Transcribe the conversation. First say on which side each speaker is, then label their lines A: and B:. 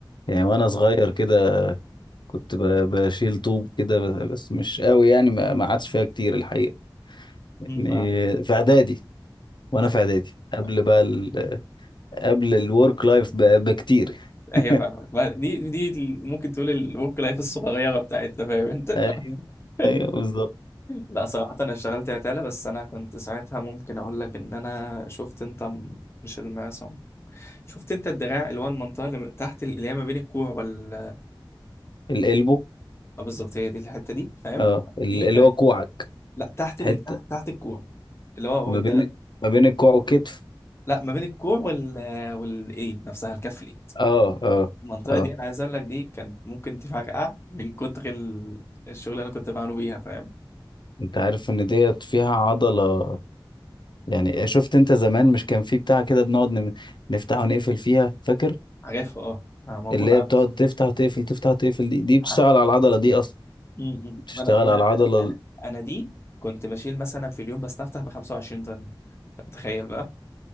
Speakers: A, on the left; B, on the left.
A: يعني وانا صغير كده كنت ب- بشيل طوب كده ب- بس مش قوي يعني ما ما عادش فيها كتير الحقيقه
B: مهم.
A: يعني
B: فاهم
A: في اعدادي وانا
B: مش
A: في
B: عارف.
A: اعدادي قبل
B: طيب،
A: بقى ال... قبل الورك لايف بكتير
B: هي
A: <laughs>
B: فاهمة بقى دي دي ال- ممكن تقول الورك لايف الصغيرة بتاعتنا فاهم انت لا
A: ايوه
B: <laughs>
A: ايوه بالظبط
B: لا، صراحة انا اشتغلت عتالة بس انا كنت ساعتها ممكن اقول لك ان انا شفت انت م- مش المعصم شفت انت الدراع اللي هو المنطقة اللي م- تحت ال- اللي هي ما بين الكوع وال
A: القلبه
B: اه بالظبط هي دي الحتة دي فاهم
A: اه ال-
B: دي
A: اللي
B: كانت
A: هو كوعك
B: لا تحت
A: حته
B: ال... تحت تحت الكوع اللي هو
A: ما
B: وانت
A: بين ما بين الكوع والكتف
B: لا ما بين الكوع وال آه، والايد نفسها الكف الايد
A: اه اه
B: المنطقة
A: اه
B: دي أنا عايز أقول لك دي كانت ممكن تفرقع من كتر ال- الشغل اللي أنا كنت بعمله بيها فاهم
A: انت عارف ان ديت فيها عضله يعني شفت انت زمان مش كان في بتاع كده بنقعد نم- نفتح ونقفل فيها فاكر
B: عارفها اه آه، موجود
A: اللي
B: عندي
A: هي بتقعد تفتح تقفل تفتح تقفل دي, دي بتشتغل
B: ع-
A: على العضلة دي أصلا
B: م-
A: بتشتغل
B: م. أنا أنا
A: على العضلة
B: أنا أنا
A: ال-
B: أنا دي كنت بشيل مثلا في اليوم بستفتح ب 25 طن أنت متخيل بقى